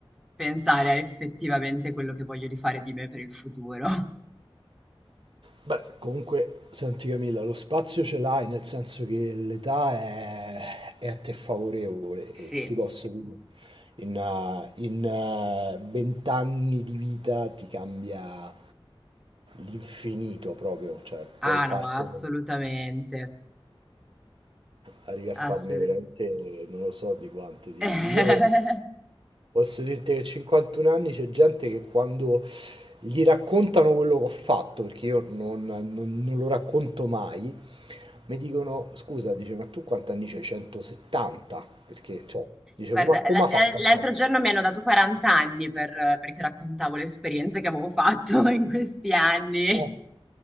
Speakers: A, in the centre; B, on the right.
A: pensare a effettivamente quello che voglio di fare di me per il futuro. <laughs>
B: Beh, comunque, senti Camilla, lo spazio ce l'hai, nel senso che l'età è, è a te favorevole
A: Sì,
B: e ti posso dire, in, eh, in eh, 20 anni di vita ti cambia l'infinito proprio, cioè
A: ah
B: puoi fartelo
A: no, assolutamente,
B: arrivi a
A: assolutamente.
B: farne veramente non lo so di quanti. di-
A: <laughs>
B: Io posso dirti che a 51 anni c'è gente che quando gli raccontano quello che ho fatto, perché io non, non- non lo racconto mai, mi dicono, scusa, dice, ma tu quanti anni c'hai? 170? Perché, cioè, dice,
A: Guarda,
B: come, come
A: l-
B: ha fatto
A: l-
B: a fare?
A: l'altro giorno mi hanno dato 40 anni per- perché raccontavo le esperienze che avevo fatto <laughs> in questi anni.
B: Eh.